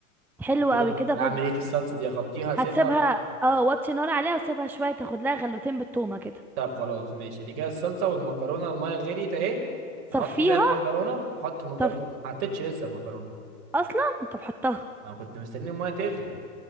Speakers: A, in the centre; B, on the right.
A: حلو
B: كده
A: قوي كده
B: اعمل
A: فض...
B: ايه في الصلصه دي اغطيها اسيبها
A: هتسيبها
B: ولا
A: اه وطي نار عليها وسيبها شوية تاخد لها غلوتين بالتومة كده
B: طب خلاص ماشي دي كده الصلصه والمكرونه الميه غليت اهي
A: صفيها
B: احط فيها المكرونه احط المكرونه
A: طب
B: ما حطيتش لسه المكرونه
A: اصلا انت بحطها
B: ما كنت مستني الميه تغلي